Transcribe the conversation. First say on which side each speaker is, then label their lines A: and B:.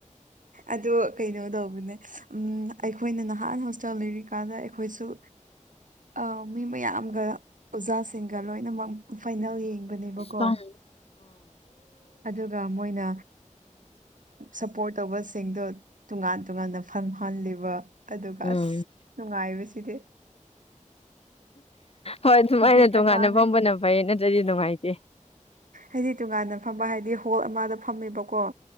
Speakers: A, on the right (about 75°); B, on the left (about 50°).
A: ꯑꯗꯣ ꯀꯩꯅꯣ ꯇꯧꯕꯅꯦ ꯎꯝ ꯑꯩꯈꯣꯏꯅ ꯅꯍꯥꯟ ꯍꯣꯁꯇꯥꯦꯜ ꯂꯩꯔꯤꯀꯥꯟꯗ ꯑꯩꯈꯣꯏꯁꯨ ꯑ ꯃꯤ ꯃꯌꯥꯝꯒ ꯑꯣꯖꯥꯁꯤꯡꯒ ꯂꯣꯏꯅꯃꯛ ꯐꯥꯏꯅꯦꯜ ꯌꯦꯡꯕꯅꯦꯕꯀꯣ
B: ꯎꯝ
A: ꯑꯗꯨꯒ ꯃꯣꯏꯅ ꯁꯄꯣꯔꯠ ꯇꯧꯕꯁꯤꯡꯗꯣ ꯇꯣꯉꯥꯟ ꯇꯣꯉꯥꯟꯅ ꯐꯝ ꯐꯍꯜꯂꯤꯕ ꯑꯗꯨꯒ
B: ꯎꯝ
A: ꯑꯁ ꯅꯨꯡꯉꯥꯏꯕꯁꯤꯗꯤ
B: ꯍꯣꯏ ꯑꯗꯨꯃꯥꯏꯅ
A: ꯗꯦꯠ
B: ꯇꯣꯉꯥꯟꯅ
A: ꯑꯃꯅ
B: ꯐꯝꯕꯅ ꯐꯩꯌꯦ ꯅꯠꯇ꯭ꯔꯗꯤ ꯅꯨꯡꯉꯥꯏꯇꯦ
A: ꯍꯥꯏꯗꯤ ꯇꯣꯉꯥꯟꯅ ꯐꯝꯕ ꯍꯥꯏꯗꯤ ꯍꯣꯜ ꯑꯃꯗ ꯐꯝꯃꯦꯕꯀꯣ